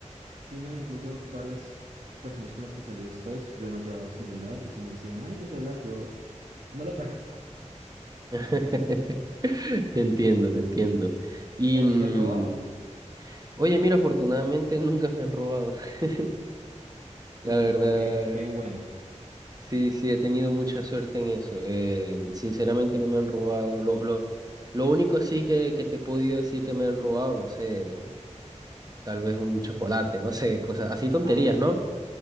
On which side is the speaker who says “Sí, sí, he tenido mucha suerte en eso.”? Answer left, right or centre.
Right